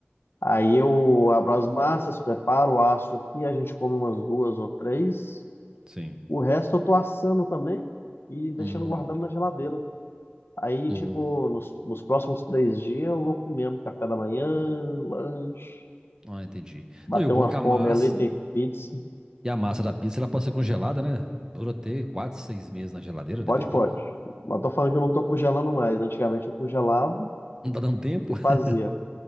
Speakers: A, on the left; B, on the right.
A: Aí
B: E-
A: eu abro as massas, preparo o aço aqui, a gente come umas duas ou três.
B: Sim.
A: O resto eu tô assando também e deixando
B: Hum,
A: guardado na geladeira. Aí,
B: Tô.
A: tipo, nos, nos próximos três dias eu vou comendo café da manhã,
B: Hum.
A: lanche,
B: Ah, entendi.
A: bater
B: Não, e o bom
A: uma
B: é que a
A: fome
B: massa,
A: ali, tem pizza.
B: e a massa da pizza, ela pode ser congelada, né? Dura até quatro, seis meses na geladeira, dependendo.
A: Pode, pode. Mas tô falando que eu não tô congelando mais. Antigamente eu congelava
B: Não tá dando tempo.
A: e
B: <laughs>
A: fazia.